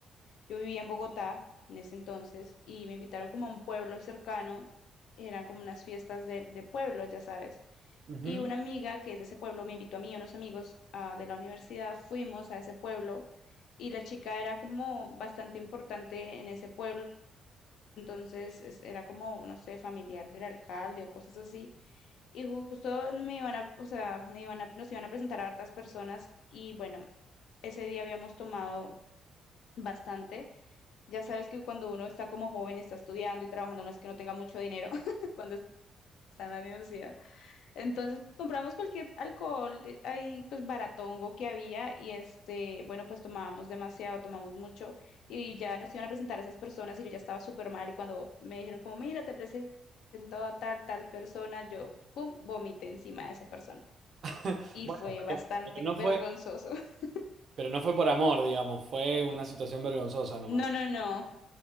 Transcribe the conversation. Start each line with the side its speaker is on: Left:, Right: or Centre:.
Left: yo vivía en Bogotá en ese entonces y me invitaron como a un pueblo cercano, eran como unas fiestas de, de pueblo, ya sabes.
Right: Ujú.
Left: Y una amiga que es de ese pueblo me invitó a mí y a unos amigos ah, de la universidad, fuimos a ese pueblo y la chica era como bastante importante en ese pueblo, entonces es- era como, no sé, familiar del alcalde o cosas así. Y justo me iban a, o sea, me iban a, nos iban a presentar a hartas personas y bueno, ese día habíamos tomado Bastante. Ya sabes que cuando uno está como joven, está estudiando y trabajando, no es que no tenga mucho dinero <laughs> cuando está en la universidad. Entonces, pues, compramos cualquier alcohol eh, ahí, pues baratongo que había y este, bueno, pues tomábamos demasiado, tomamos mucho y ya nos iban a presentar a esas personas y yo ya estaba súper mal y cuando me dijeron como, mira, te presento a tal, tal persona, yo, pum, vomité encima de esa persona.
Right: <laughs>
Left: Y
Right: Bueno,
Left: fue bastante
Right: está pero no
Left: vergonzoso.
Right: fue,
Left: <laughs>
Right: pero no fue por amor, digamos, fue una situación vergonzosa nomás.
Left: No, no, no.